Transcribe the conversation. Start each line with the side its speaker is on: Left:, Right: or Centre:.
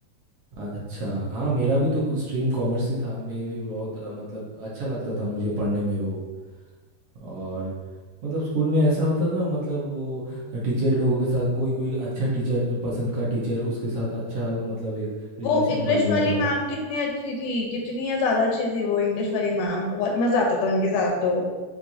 Right: अच्छा हाँ मेरा भी तो कुछ स्ट्रीम कॉमर्स ही था मैं भी बहुत अ, मतलब अच्छा लगता था मुझे पढ़ने में वो और मतलब स्कूल में ऐसा होता था मतलब वो टीचर लोगों के साथ कोई कोई अच्छा टीचर जो पसंद का टीचर उसके साथ अच्छा मतलब एक रिलेशन
Left: वो इंग्लिश
Right: बन जाता
Left: वाली
Right: था
Left: मैम कितनी अच्छी थी कितनी ज्यादा अच्छी थी वो इंग्लिश वाली मैम बहुत मजा आता था उनके साथ तो